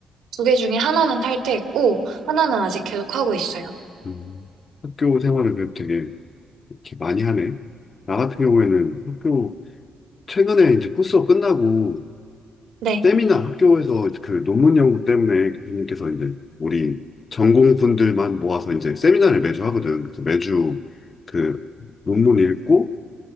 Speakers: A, on the right (about 80°); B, on the left (about 30°).
A: 두 개 중에 하나는 탈퇴했고 하나는 아직 계속 하고 있어요.
B: 음, 학교 생활을 그래도 되게 이렇게 많이 하네. 나 같은 경우에는 학교 최근에 이제 코스가 끝나고
A: 네.
B: 세미나 학교에서 그 논문 연구 때문에 교수님께서 이제 우리 전공분들만 모아서 이제 세미나를 매주 하거든. 그래서 매주 그 논문 읽고